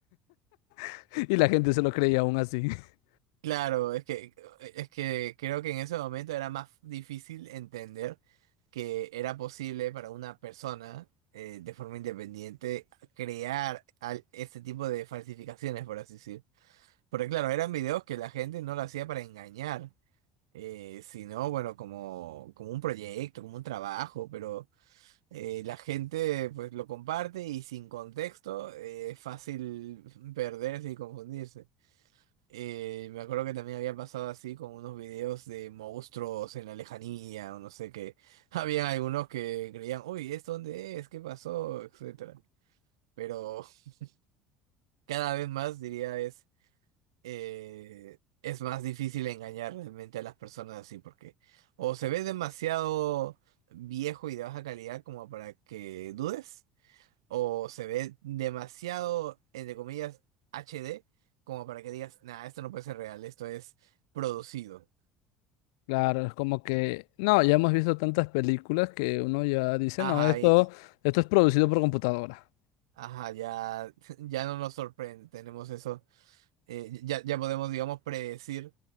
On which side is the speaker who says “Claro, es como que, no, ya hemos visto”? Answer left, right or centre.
Left